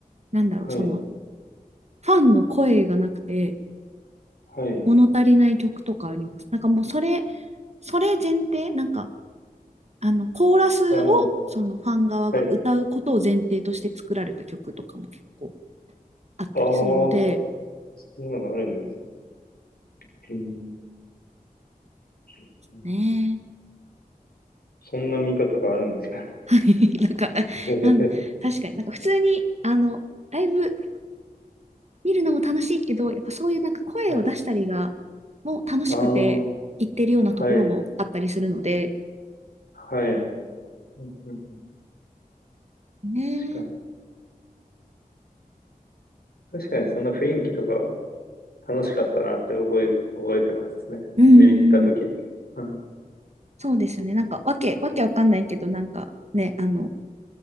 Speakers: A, on the right (about 45°); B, on the left (about 85°).
A: なんだろう、
B: はい、
A: その、ファンの声がなくて、
B: はい。
A: 物足りない曲とかあります。なんかもうそれ、それ前提、なんか、あの、コーラスを、
B: ああ、
A: そのファン側が歌うことを前提として作られた曲とかも結構
B: はい。
A: あったりするので、
B: ああ、そそんなのがあるんです。うん、うん
A: ねえ。
B: そんな見方があるんですか。
A: はい。<laughs> なんか、
B: <laughs>
A: なん、確かになんか普通に、あの、ライブ見るのも楽しいけど、やっぱそういうなんか声を出したりが、
B: はい。
A: もう楽しくて行ってるようなところもあったりするので、
B: ああ、はい、はい。うんうんうん
A: ねえ。
B: 確かに。確かにそんな雰囲気とか楽しかったなって覚え、覚えてますね。
A: うんうん。
B: その行った時に。はい。
A: そうですよね。なんか、わけ、わけわかんないけど、なんかね、あの、